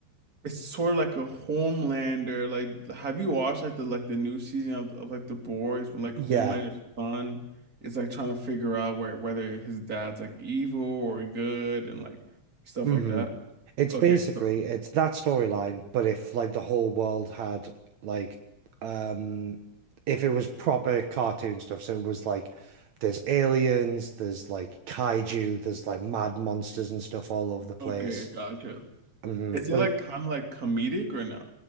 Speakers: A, on the right; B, on the right.
A: it's sort of like a Homelander. Like, have you watched like the like the new season of, of like The Boys when like
B: Yeah.
A: Homelander's son is like trying to figure out where whether his dad's like evil or good and like stuff
B: hmm
A: like that?
B: It's
A: Okay,
B: basically
A: so-
B: it's that storyline, but if like the whole world had like um if it was proper cartoon stuff, so it was like there's aliens, there's like kaiju, there's like mad monsters and stuff all over the place.
A: okay, I got you.
B: hmm
A: Is it
B: But
A: like
B: it,
A: kind of like comedic or no?